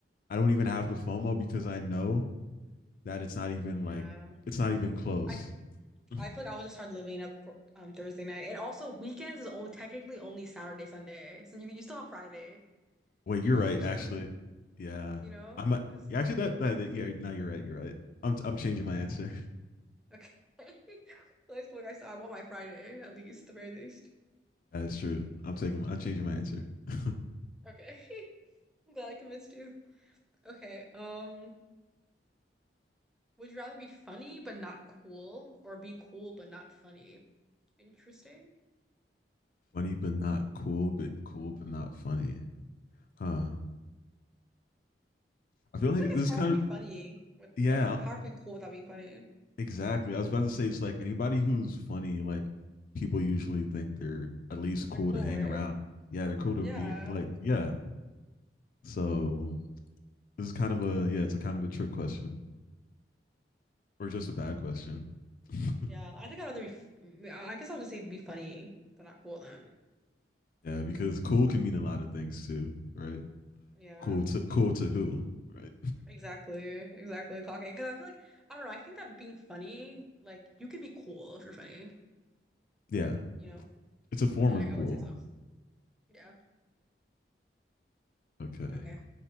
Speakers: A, on the left; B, in the centre.
A: I don't even have the FOMO because I know that it's not even
B: Yeah.
A: like it's not even close.
B: I
A: <laughs>
B: I feel like I will just start living it up for um, Thursday night. And also weekends is only technically only Saturday, Sunday. So you you still have Friday
A: Wait, you're
B: that you
A: right.
B: can do stuff,
A: Actually, yeah,
B: you know?
A: I'm. not-
B: Because
A: Yeah, actually, that, that that- yeah. Now you're right. You're right. I'm I'm changing my
B: yeah.
A: answer.
B: Okay. <laughs> That's what I saw. I want my Friday, at least, the very least.
A: That is true. I'm taking. I'm changing my answer. <laughs>
B: Okay. <laughs> I'm glad I convinced you. Okay. Um, would you rather be funny but not cool or be cool but not funny? Interesting.
A: funny but not cool, but cool but not funny. Huh. I feel
B: I
A: like
B: feel like
A: this
B: it's
A: is
B: hard
A: kind
B: to be
A: of
B: funny with
A: yeah.
B: or f- hard to be cool without being funny.
A: Exactly. I was about to say it's like anybody who's funny, like people usually think they're at least
B: They're
A: cool
B: cool,
A: to hang
B: right?
A: around. Yeah, they're cool to
B: Yeah.
A: be like yeah. So this is kind of a yeah. It's a kind of a trick question. or just a bad question. <laughs>
B: Yeah, I think I'd rather be. f- I guess I'll just say be funny, but not cool then.
A: yeah, because cool can mean a lot of things too, right?
B: Yeah,
A: Cool to cool to who, right?
B: exactly, exactly. Clocking because I feel like I don't know. I think that being funny, like you can be cool if you're funny.
A: <laughs> yeah,
B: You know,
A: it's a form
B: I
A: of
B: I, I
A: cool.
B: would say so. Yeah.
A: Okay.
B: Okay.